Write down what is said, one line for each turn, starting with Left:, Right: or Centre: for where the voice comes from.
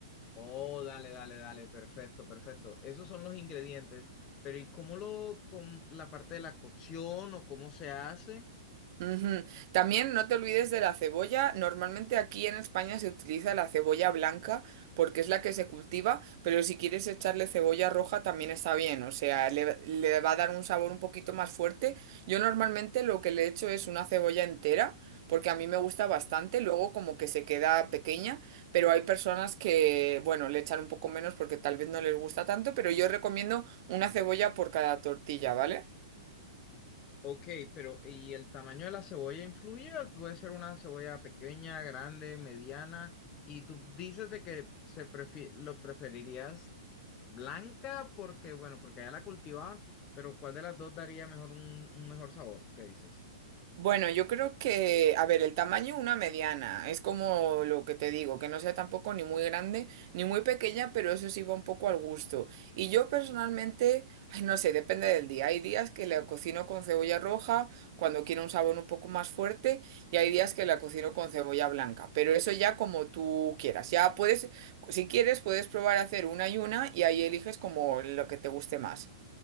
Left: Oh, dale, dale, dale, perfecto, perfecto. Esos son los ingredientes. Pero ¿y cómo lo, con la parte de la cocción o cómo se hace?
Right: Ujú. También no te olvides de la cebolla. Normalmente aquí en España se utiliza la cebolla blanca porque es la que se cultiva, pero si quieres echarle cebolla roja también está bien, o sea, le, le va a dar un sabor un poquito más fuerte. Yo normalmente lo que le echo es una cebolla entera porque a mí me gusta bastante, luego como que se queda pequeña, pero hay personas que, bueno, le echan un poco menos porque tal vez no les gusta tanto, pero yo recomiendo una cebolla por cada tortilla, ¿vale?
Left: Ok, pero ¿y el tamaño de la cebolla influye? Puede ser una cebolla pequeña, grande, mediana, y tú dices de que se prefi- lo preferirías blanca porque, bueno, porque allá la cultivaban, pero ¿cuál de las dos daría mejor un, un mejor sabor? ¿Tú qué dices?
Right: Bueno, yo creo que, a ver, el tamaño una mediana, es como lo que te digo, que no sea tampoco ni muy grande ni muy pequeña, pero eso sí va un poco al gusto. Y yo personalmente, ay, no sé, depende del día. Hay días que la cocino con cebolla roja cuando quiero un sabor un poco más fuerte y hay días que la cocino con cebolla blanca, pero eso ya como tú quieras. Ya puedes, si quieres, puedes probar a hacer una y una y ahí eliges como lo que te guste más.